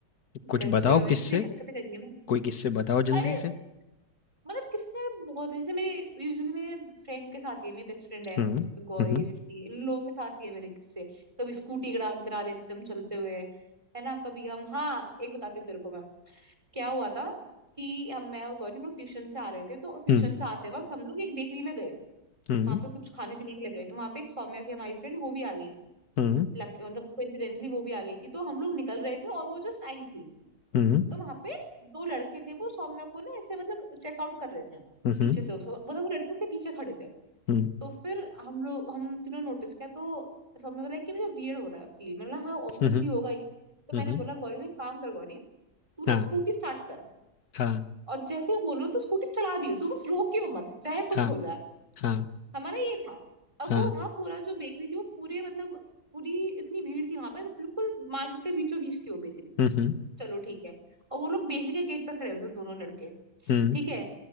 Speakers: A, on the left; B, on the right.
A: कुछ
B: गजब
A: बताओ किससे
B: ऐसी ऐसी हरकतें करिए ना
A: कोई किससे बताओ
B: अरे
A: जल्दी से
B: मतलब किससे बहुत जैसे मेरे यूजुअली मेरे फ्रेंड के साथ ही है मेरी बेस्ट फ्रेंड है
A: हम्म
B: गौरी
A: हम्म
B: सृष्टि इन लोगों के साथ ही है मेरे किस्से कभी स्कूटी गिरा गिरा लेते थे हम चलते हुए है ना कभी हम हाँ एक बताती हूँ तेरे को मैं क्या हुआ था कि हम मैं और गौरी हम लोग ट्यूशन से आ रहे थे तो ट्यूशन
A: हम्म
B: से आते वक्त हम लोग एक बेकरी में गए
A: हम्म
B: वहां पे कुछ खाने पीने के लिए गए तो वहां पे एक सौम्या थी हमारी फ्रेंड वो भी आ गई थी
A: हम्म
B: लक मतलब कोइंसिडेंटली वो भी आ गई थी तो हम लोग निकल रहे थे और वो जस्ट आई थी
A: हम्म
B: तो वहां पे दो लड़के थे वो सौम्या को ना ऐसे मतलब चेकआउट कर रहे थे
A: हम्म
B: पीछे से उस मतलब वो लड़के उसके पीछे खड़े थे
A: हम्म
B: तो फिर हम लोग हम तीनों नोटिस किया तो सौम्या को लगा कि मुझे वियर्ड हो रहा है फील मैंने बोला हाँ ऑब्वियसली
A: हम्म हम्म
B: होगा ही तो मैंने
A: हम्म
B: बोला गौरी तू एक काम कर गौरी तू ना
A: हाँ
B: स्कूटी स्टार्ट कर
A: हाँ
B: और जैसे मैं बोलूं तो स्कूटी चला दियो तू बस रोकियो मत चाहे कुछ
A: हाँ
B: हो जाए
A: हाँ
B: हमारा ये था अब
A: हाँ
B: वो था पूरा जो बेकरी थी वो पूरे मतलब पूरी इतनी भीड़ थी वहां पर बिल्कुल मार्केट के बीचों बीच थी वो बेकरी
A: हम्म
B: चलो ठीक है और वो लोग बेकरी के गेट पर खड़े हुए थे दोनों लड़के
A: हम्म
B: ठीक है